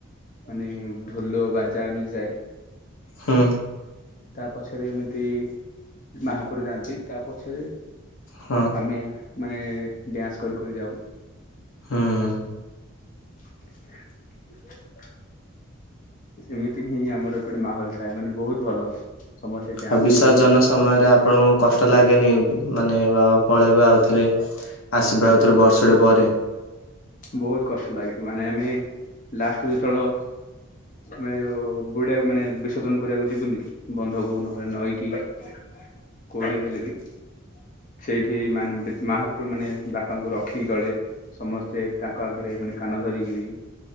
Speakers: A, on the left; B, on the left.
A: ମାନେ ଢୋଲ ବାଜା ଏମିତି ଯାଏ।
B: ହୁଁ।
A: ତା ପଛରେ ଏମିତି ମହାପୁରୁ ଯାଆନ୍ତି, ତା ପଛରେ
B: ହଁ
A: ଆମେ ମାନେ ଡ୍ୟାନ୍ସ କରି କରି ଯାଉ।
B: ହୁଁ।
A: <inaudible> ଏମିତିକି ହିଁ ଆମର ଏପଟେ ମାହୋଲ ଥାଏ, ମାନେ ବହୁତ୍ ଭଲ। ସମସ୍ତେ ଡ୍ୟାନ୍ସ
B: ଆଉ ବିସର୍ଜନ
A: କରନ୍ତି
B: ସମୟରେ ଆପ୍ ଆପଣଙ୍କୁ କଷ୍ଟ ଲାଗେନି, ମାନେ ବାବା ପଳେଇବେ ଆଉଥରେ ଆସିବେ ଆଉଥରେ ବଷ୍ ବର୍ଷେ ପରେ?
A: ବହୁତ୍ କଷ୍ଟ ଲାଗେ, ମାନେ ଆମେ ଲାଷ୍ଟ ରୁୁ ଯେତେବେଳ ଆମେ ଯୋଉ ବୁଡିଆକୁ, ମାନେ ବିସର୍ଜନ କରିଆକୁ ଯିବୁନି କି। ବନ୍ଧକୁ ନହେଲେ ନଈକି କୋଉଠି ହେଲେ ବି ସେଇଠି ମାନେ ମହାପୁରୁ ମାନେ ବାପାଙ୍କୁ ରଖିକି ତଳେ, ସମସ୍ତେ ସେ ତାଙ୍କ ଆଗରେ ମାନେ କାନ ଧରିକିରି,